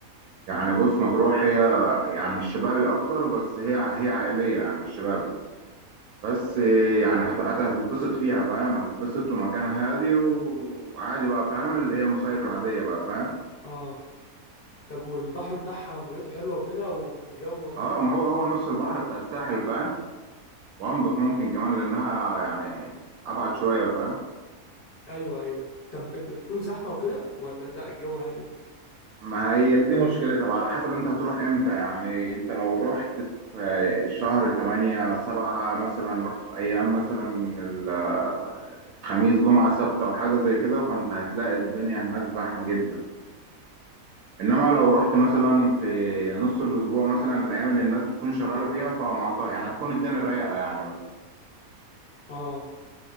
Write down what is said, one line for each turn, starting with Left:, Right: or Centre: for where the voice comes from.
Right: يعني بص مطروح هي يعني مش شبابي اكتر بس هي هي عائليه يعني مش شبابي بس إيه، يعني هت- هت- هتتبسط فيها فاهم هتتبسط ومكان هادي وعادي بقى فاهم اللي هي المصايف العادية بقى فاهم
Left: اه طب والبحر بتاعها ميته حلوة وكده والجو ولا
Right: اه
Left: ايه
Right: ما هو هو نفس البحر بتاع الساحل فاهم وانضف ممكن كمان لانها يعني يعني ابعد شوية فاهم
Left: ايوه ايوه طب ب- بتكون زحمه وكده ولا لا الجو هادي
Right: ما هي دي مشكلتها بقى على حسب انت هتروح امتى يعني انت لو رحت في شهر 8 7 مثلا رحت في ايام مثلا ال- خميس جمعة سبت او حاجة زي كده فانت هتلاقي الدنيا هناك زحمة جدا انما لو رحت مثلا في نص الاسبوع مثلا الايام اللي الناس بتكون شغاله فيها فمع ط- يعني هتكون الدنيا رايقه يعني بس
Left: اه